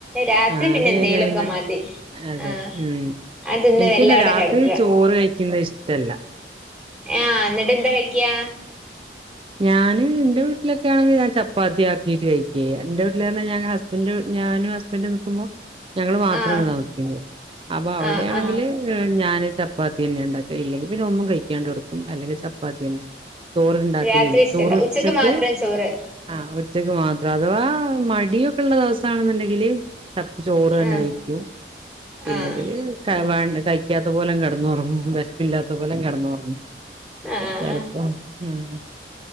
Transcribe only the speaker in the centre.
രാത്രി
പിന്നെ
എന്തേലൊക്കെ
മതി
ആഹ്
അത് തിന്ന്
എല്ലാം
അവിടെ
കെടക്കുക
ആഹ് എന്നിട്ടെന്താ കഴിക്കാ
ആഹ്
ആഹ് ആഹ്
രാത്രി ഇഷ്ടല്ല
ഉച്ചക്ക് മാത്രം ചോറ്
ആഹ്
ആഹ്
ആഹ്